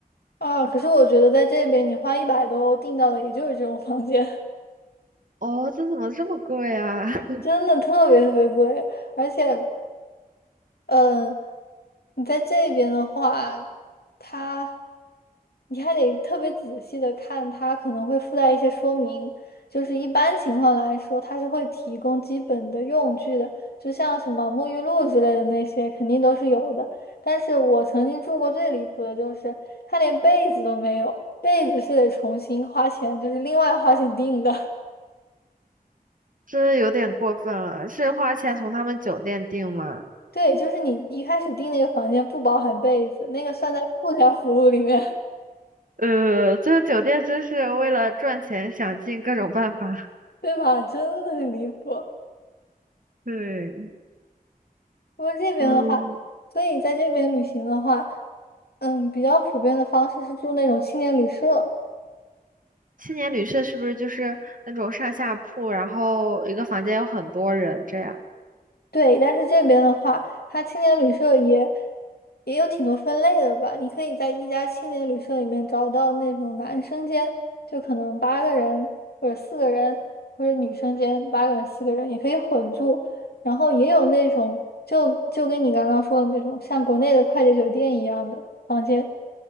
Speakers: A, on the left; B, on the right.
A: 啊！可是我觉得在这边，你花一百多欧订到的也就是这种房间，<laughs>
B: 哦，这怎么这么贵啊？<laughs>
A: 真的特别特别贵。而且，嗯，你在这边的话，它。你还得特别仔细的看，它可能会附带一些说明。就是一般情况来说，它是会提供基本的用具的，就像什么沐浴露之类的那些，肯定都是有的。但是我曾经住过最离谱的就是，它连被子都没有，被子是得重新花钱，就是另外花钱订的。
B: 这有点过分了，是花钱从他们酒店订吗？
A: <laughs> 对，就是你一开始订那个房间不包含被子，那个算在附加服务里面，
B: 呃，这个酒店真是为了赚钱想尽各种办法。
A: <laughs>
B: <laughs>
A: 对吧？真的很离谱。
B: 对，
A: 不过这边的话，
B: 嗯，
A: 所以在这边旅行的话，嗯，比较普遍的方式是住那种青年旅社。
B: 青年旅社是不是就是那种上下铺，然后一个房间有很多人这样？
A: 对，但是这边的话，它青年旅社也也有挺多分类的吧。你可以在一家青年旅社里面找到那种男生间，就可能八个人或者四个人，或者女生间八个人四个人也可以混住。然后也有那种就就跟你刚刚说的那种像国内的快捷酒店一样的房间，